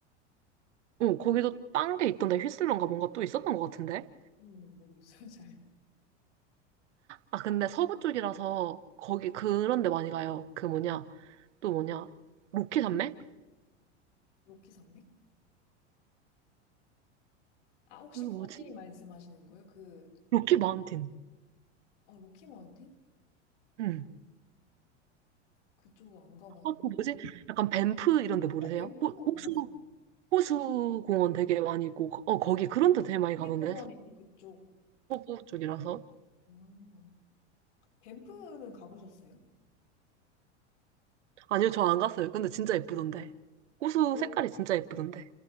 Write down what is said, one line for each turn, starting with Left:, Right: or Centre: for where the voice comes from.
Right: 어, 거기도 딴 게 있던데 휘슬러인가 뭔가 또 있었던 것 같은데?
Left: 음, 모르겠어요, <laughs> 잘.
Right: 아, 근데 서부 쪽이라서 거기 그런 데 많이 가요. 그 뭐냐, 또 뭐냐, 로키 산맥?
Left: 로키 산맥? 아, 혹시
Right: 그 뭐지?
Left: 거기 말씀하시는 거예요? 그,
Right: 로키 마운틴.
Left: 아, 로키 마운틴?
Right: 응.
Left: 그쪽 안 가봐서.
Right: 아, 그 뭐지? 약간 밴프 이런 데 모르세요?
Left: 어, 밴프는
Right: 호, 호수,
Left: 가봤어요.
Right: 호수 공원 되게 많이 있고, 어, 거기 그런 데 되게 많이
Left: 국립공원
Right: 가던데?
Left: 있고 그쪽.
Right: 서부 쪽이라서.
Left: 아, 밴프는 가보셨어요?
Right: 아니요, 저 안 갔어요. 근데 진짜 예쁘던데. 호수
Left: 오.
Right: 색깔이 진짜 예쁘던데.